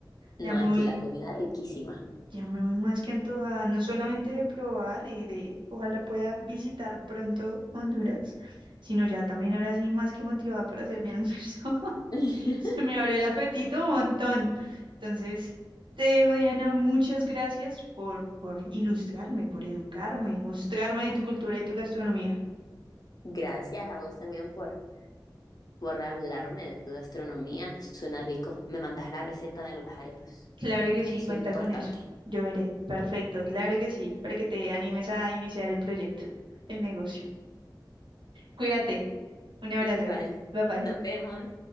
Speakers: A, on the left; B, on the right.
A: no,
B: ya me
A: aquí
B: voy,
A: la comida riquísima.
B: ya me voy más que antojada, no solamente de probar y de ojalá pueda visitar pronto Honduras, sino ya también ahora sí más que motivada para hacer mi almuerzo. <laughs>
A: <laughs>
B: <laughs> Se me abrió el apetito un montón. Entonces, te dejo, Diana, muchas gracias por, por ilustrarme, por educarme y mostrarme tu cultura y tu gastronomía.
A: Gracias a vos también por, por hablarme de tu gastronomía, suena rico. Me mandas la receta de las arepas,
B: Claro que
A: eso
B: sí, cuenta
A: es importante.
B: con eso. Yo veré. Perfecto, claro que sí, para que te animes a iniciar el proyecto, el negocio. Cuídate. Un abrazo.
A: Igual,
B: Bye bye.
A: nos vemos.